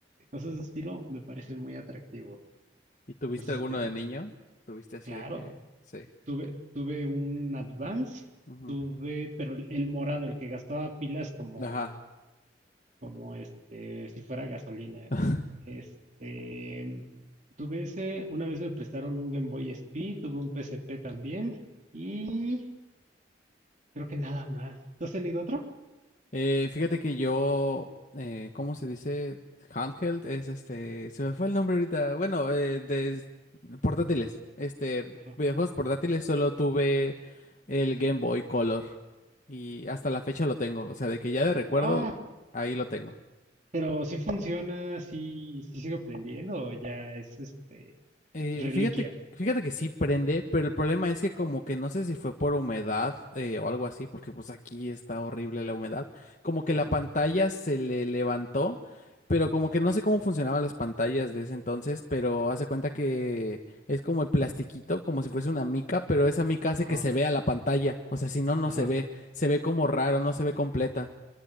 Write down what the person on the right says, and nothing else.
cosas de estilo, me parecen muy atractivos.
No sé
si a ti
te gusta.
Claro,
tuve, tuve un Advance,
tuve, pero el, el morado, el que gastaba pilas como,
como este, si fuera gasolina.
Este, tuve ese, una vez me prestaron un Game Boy SP, tuve un PSP también y creo que nada más. ¿Tú has tenido otro?
Ajá.
Ah,
pero si funciona, si sigo aprendiendo, o ya es este
reliquia.
Ajá,
ajá,
ajá.